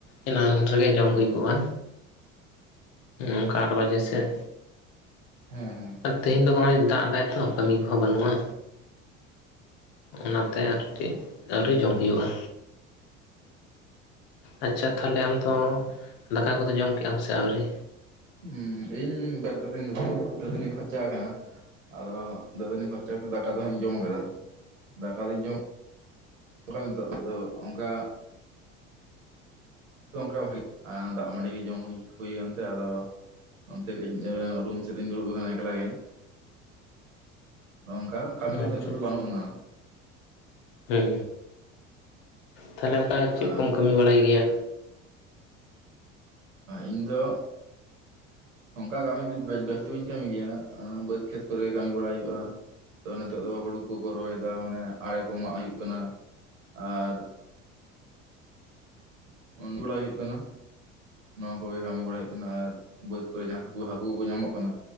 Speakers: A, on the left; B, on the right.
A: ᱮᱱᱟᱱ ᱨᱮᱜᱮ ᱡᱚᱢ ᱦᱩᱭ ᱠᱚᱜᱼᱟ, ᱚᱱᱠᱟ ᱟᱴ ᱵᱟᱡᱮ ᱥᱮᱫ᱾
B: ᱦᱮᱸ ᱦᱮᱸ᱾
A: ᱟᱨ ᱛᱮᱦᱮᱧ ᱫᱚ ᱱᱚᱜᱼᱚᱭ ᱫᱟᱜ ᱫᱟᱭ ᱛᱚ ᱠᱟᱹᱢᱤ ᱠᱚᱦᱚᱸ ᱵᱟᱹᱱᱩᱜᱼᱟ᱾ ᱚᱱᱟᱛᱮ ᱟᱨ ᱪᱮᱫ ᱟᱹᱣᱨᱤ ᱡᱚᱢ ᱦᱩᱭᱩᱜᱼᱟ᱾ ᱟᱪᱪᱷᱟ ᱛᱟᱦᱚᱞᱮ ᱟᱢ ᱫᱚ ᱫᱟᱠᱟ ᱠᱚᱫᱚ ᱡᱚᱢ ᱠᱮᱜ ᱟᱢ ᱥᱮ ᱟᱹᱣᱨᱤ᱾
B: ᱦᱩᱸ.. ᱤᱧ ᱵᱮᱨᱮᱫ ᱠᱟᱛᱤᱧ ᱫᱟ... ᱫᱟ. ᱛᱟ. ᱱᱤ ᱯᱷᱟᱨᱪᱟ <unintelligible> ᱟᱠᱟᱱᱟ ᱟᱫᱚ ᱫᱟᱹᱛᱟᱹᱱᱤ ᱯᱷᱟᱨᱪᱟ ᱠᱟᱛᱮᱮᱫ ᱫᱟᱠᱟ ᱫᱚ ᱦᱟᱸᱜ ᱤᱧ ᱡᱚᱢ ᱟᱠᱟᱫᱼᱟ ᱫᱟᱠᱟ ᱫᱩᱧ ᱡᱚᱢ᱾ ᱚᱱᱠᱟ ᱱᱤᱛᱚᱜ ᱫᱚ ᱟᱫᱚ ᱚᱱᱠᱟ᱾ ᱚᱱᱠᱟ ᱫᱟᱜ ᱢᱟᱹᱰᱤ ᱜᱮ ᱡᱚᱢ ᱦᱩᱭ ᱦᱩᱭᱟᱱᱛᱮ ᱟᱫᱚ᱾ ᱚᱱᱛᱮ ᱠᱟᱹᱡ ᱨᱩᱢ ᱥᱮᱫ ᱨᱤᱧ ᱫᱩᱲᱩᱵ ᱟᱠᱟᱱᱟ ᱮᱠᱞᱟ ᱜᱮ᱾ ᱚᱝᱠᱟ ᱠᱟᱹᱢᱤ
A: ᱟᱪᱪᱷᱟ
B: ᱠᱚᱫᱚ ᱱᱤᱛᱚᱜ ᱫᱚ
A: ᱟᱪᱪᱷᱟ
B: ᱵᱟᱹᱱᱩᱜ ᱟᱱᱟ᱾
A: ᱦᱮᱸ ᱛᱟᱦᱚᱞᱮ ᱚᱱᱠᱟ ᱪᱮᱫ
B: ᱟᱨ
A: ᱠᱚᱢ ᱠᱟᱹᱢᱤ ᱵᱟᱲᱟᱭ ᱜᱮᱭᱟ᱾
B: ᱤᱧ ᱫᱚ᱾ ᱚᱱᱠᱟ ᱠᱟᱹᱢᱤ ᱫᱚ ᱵᱮᱥ ᱫᱚ ᱵᱟᱹᱧ ᱠᱟᱹᱢᱤ ᱜᱮᱭᱟ ᱵᱟᱹᱫᱽ ᱠᱷᱮᱛ ᱠᱚᱨᱮ ᱠᱟᱹᱢᱤ ᱵᱟᱲᱟᱟᱭ ᱦᱩᱭᱩᱜᱼᱟ᱾ ᱛᱚ ᱱᱤᱛᱚᱜ ᱫᱚ ᱦᱩᱲᱩ ᱠᱚᱠᱚ ᱨᱚᱦᱚᱭᱮᱫᱟ ᱢᱟᱱᱮ ᱟᱲᱮ ᱠᱚ ᱢᱟᱜ ᱦᱩᱭᱩᱜ ᱠᱟᱱᱟ ᱟᱨ᱾ <unintelligible> ᱦᱩᱭᱩᱜ ᱠᱟᱱᱟ ᱱᱚᱣᱟ ᱠᱚᱜᱮ ᱠᱟᱹᱢᱤ ᱵᱟᱲᱟᱭ ᱦᱩᱭᱩᱜ ᱠᱟᱱᱟ ᱟᱨ ᱵᱟᱹᱫᱽ ᱠᱚᱨᱮ ᱡᱟᱦᱟᱸᱠᱩ ᱠᱩ ᱦᱟᱟᱹᱠᱩ ᱠᱚ ᱧᱟᱢᱚᱜ ᱠᱟᱱᱟ᱾